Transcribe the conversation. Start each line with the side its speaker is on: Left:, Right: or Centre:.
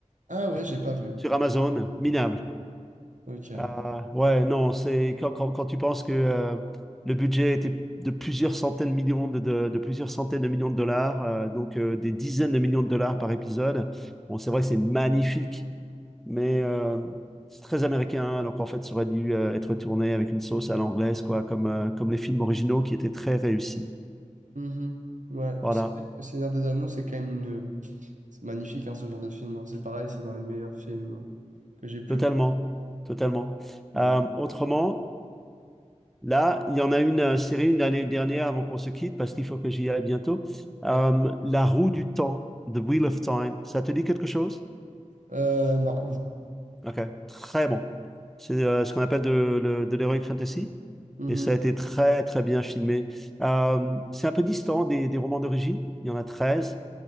Right: Ah ouais, j'ai pas vu.
Centre: sur Amazon, minable.
Right: Ok.
Centre: Euh, ouais, non, c'est quand, quand, quand tu penses que euh, le budget était de plusieurs centaines de millions de, de, de plusieurs centaines de millions de dollars, euh, donc euh, des dizaines de millions de dollars par épisode. Bon, c'est vrai, c'est magnifique mais euh, c'est très américain. Donc en fait, ça aurait dû euh, être tourné avec une sauce à l'anglaise, quoi, comme, euh, comme les films originaux qui étaient très réussis.
Right: Mhm. Ouais,
Centre: Voilà,
Right: c'est vrai que Le Seigneur des Anneaux, c'est quand même une... C'est magnifique, hein, ce genre de film. hein. C'est pareil, c'est dans les meilleurs films que j'ai pu
Centre: totalement,
Right: voir.
Centre: totalement.
Right: Ouais.
Centre: Euh, autrement, là, il y en a une euh, série une année dernière avant qu'on se quitte parce qu'il faut que j'y aille bientôt. Euh,
Right: D'accord.
Centre: La roue du temps, The Wheel of Time. Ça te dit quelque chose?
Right: Euh, non.
Centre: Ok, très bon. C'est euh, ce qu'on appelle de, le- de l'heroic fantasy.
Right: Mhm.
Centre: et ça a été très, très bien filmé. Euh, c'est un peu distant des, des romans d'origine. Il y en a 13.